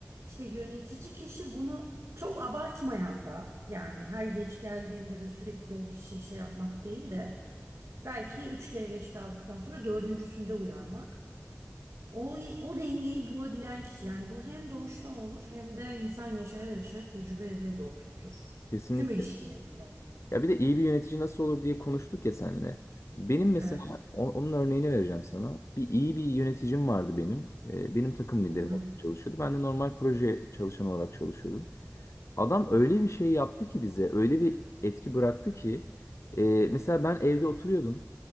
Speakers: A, on the right; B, on the left.
A: İşte yönetici kişi bunu çok abartmayan da yani her geç geldiğinde de sürekli o kişiyi şey yapmak değil de belki üç kere geç kaldıktan sonra dördüncüsünde uyarmak. O, o dengeyi bulabilen kişi yani bu hem doğuştan olur hem de insan yaşaya yaşa tecrübe ede de oturtur.
B: Kesinlikle.
A: Tüm ilişkilerinde.
B: Ya bir de iyi bir yönetici nasıl olur diye konuştuk ya seninle. Benim mesela
A: Evet.
B: o- onun örneğini vereceğim sana. Bir iyi bir yöneticim vardı benim. Ee, benim takım liderim
A: Hı hı.
B: olarak çalışıyordu. Ben de normal proje çalışan olarak çalışıyordum. Adam öyle bir şey yaptı ki bize, öyle bir etki bıraktı ki e, mesela ben evde oturuyordum.